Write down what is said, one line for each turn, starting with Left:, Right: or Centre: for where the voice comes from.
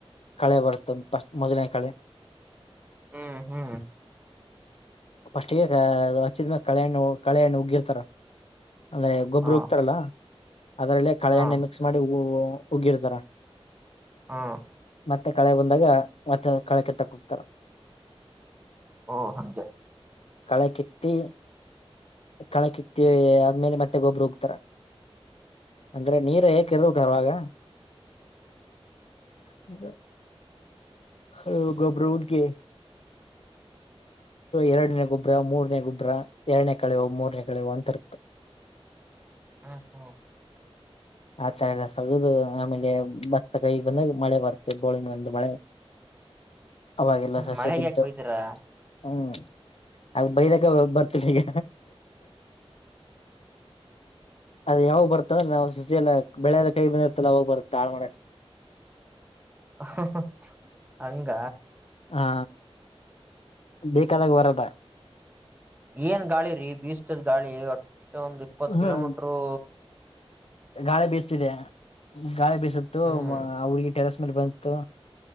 Left: ಕಳೆ ಬರುತ್ತ ಪಫಸ್ಟ್ ಮೊದಲನೇ ಕಳೆ
Right: ಹ್ಮ್ ಹ್ಮ್
Left: ಫಸ್ಟ್ಗೆಗೆ ಅದ ಹಚ್ಚಿದ ಮೇಲ್ ಕಳಹಣ್ಣ ಕಳಹಣ್ ಉಗಿರ್ತಾರ. ಅಂದ್ರೆ ಎಗ್ಗೊಬ್ಬರು
Right: ಹ
Left: ಉಗ್ತಾರಲ್ಲಾ ಅದರಲ್ಲೇ ಕಳೆ
Right: ಹಾ
Left: ಎಣ್ಣೆ ಮಿಕ್ಸ್ ಮಾಡಿ ಉ ಉಗಿರ ಜರ
Right: ಹಾ
Left: ಮತ್ತೆ ಕಳೆ ಬಂದಾಗ ಮತ್ತೆ ಕಳೆ ಕೆತ್ತ ಕ ಹೋಗ್ತಾರ.
Right: ಹ ಹಂಜೆ
Left: ಕಳೆ ಕಿತ್ತಿ ಕಳೆ ಕಿತ್ತಿ ಆದದ್ಮೇಲೆ ಮತ್ತೆ ಗೊಬ್ಬರ ಹೋಗತಾರ ಅಂದ್ರ ನೀರ ಏಕ್ ಇರ್ವಾಗ ಹಗ್ ಹ ಗೊಬ್ಬರ ಹುಡ್ಗಿ ಎರಡನೇ ಗೊಬ್ಬರ ಮೂರನೇ ಗೊಬ್ಬರ ಎರಡನೇ ಕಳೆವು ಮೂರನೇ ಕಳೆವು ಅಂತಿರತ್ತ.
Right: ಹಾ ಹಾ
Left: ಆಥರ ಎಲ್ಲ ಸಗದು ಆಮೇಲೆ ಭತ್ತ ಕೈಗೆ ಬಂದಾಗ ಮಳೆ ಬರತ್ತೆ ಬೋಳಿ ಮಗಂದ ಮಳೆ ಅವಾಗೆಲ್ಲ ಸಸ್ಯ
Right: ಮಳೆಗೆ
Left: ಬಿದ್ದು
Right: ಯಾಕ ಬೈತೀರಾ
Left: ಹ್ಮ್ ಅದ ಬೈದಾಗ ಬರ್ತ ಈಗ ಅದ ಯಾವಾಗ ಬರ್ತದ ನಾವವು ಸಸಿ ಎಲ್ಲ ಬೆಳೆಲ್ಲ ಕೈ ಬಂದಿರ್ತಲ್ಲ ಅವಾಗ್ ಬರ್ತ್ತಾ ಆಾು ಮಾಡ
Right: ಹ ಹ ಹಂಗ
Left: ಹಾ ಬೇಕಾದಾಗ ವರದ
Right: ಏನ್ ಗಾಳಿ ರೀ ಬೀಸತದ್ ಗಾಳಿ ಒಟ್ಟೆ ಒಂದ ಇಪ್ಪತ್
Left: ಹ್ಮ್
Right: ಕಿಲೋಮೀಟರು
Left: ಗಾಳಿ ಬೀಸತಿದೆ ಗಾಳಿ ಬೀಸುತ್ತತ್ತು
Right: ಹ್ಮ್
Left: ಹುಡ್ಗಿ ಟೆರಸ್ ಮೇಲೆ ಬಂತು